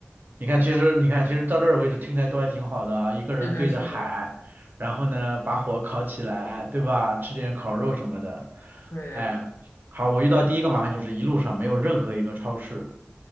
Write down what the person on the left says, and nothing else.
是的，是的，
对，